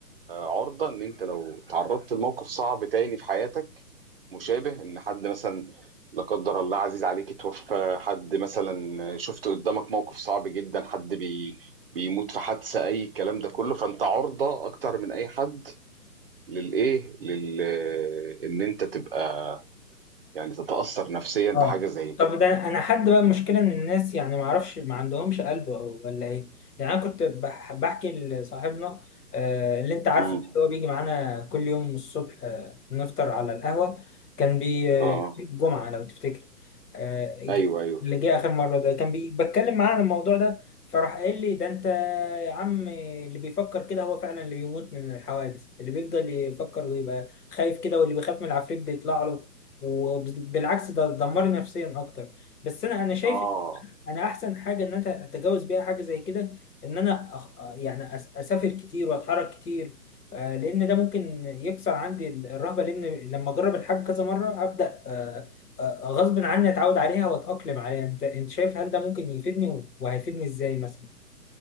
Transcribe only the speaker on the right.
عرضة إن أنت لو تعرضت لموقف صعب تاني في حياتك مشابه إن حد مثلا لا قدر الله عزيز عليك اتوفى حد مثلا شفت قدامك موقف صعب جدا حد بي... بيموت في حادثة أي الكلام ده كله فأنت عرضة أكتر من أي حد للإيه لل... إن أنت تبقى يعني تتأثر نفسيا بحاجة
زي كده
امم
اه
ايوه ايوه
اه